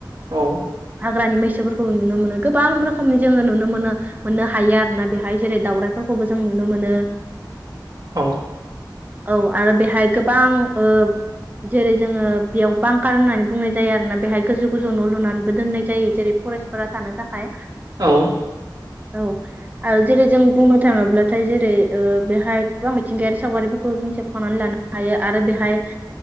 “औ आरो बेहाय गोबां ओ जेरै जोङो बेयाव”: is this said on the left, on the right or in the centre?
Right